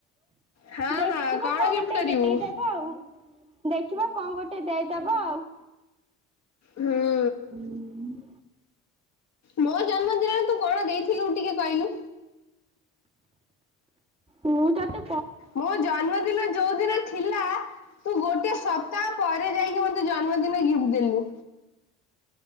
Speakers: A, on the left (about 45°); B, on the right (about 15°).
A: ହଁ
B: ଦେଖିବା
A: ହଁ
B: କଣ
A: ଗିଫ୍ଟ
B: ଗଟେ
A: କରିବୁ?
B: ଦେଇଦ ଆଉ ଦେଖିବା କଣ ଗୋଟେ ଦେଇଦବ ଆଉ।
A: ହୁଁ।
B: ହୁଁ <inaudible>
A: ମୋ ଜନ୍ମଦିନରେ ତୁ କଣ ଦେଇଥିଲୁ ଟିକେ କହିଲୁ?
B: ମୁଁ ତୋତେ
A: ମୋ ଜନ୍ମଦିନ ଯୋଉଦିନ ଥିଲା ତୁ ଗୋଟେ ସପ୍ତାହ ପରେ ଯାଇକି ମୋେ ଜନ୍ମଦିନ ଗିଫ୍ଟି ଦେଲୁ।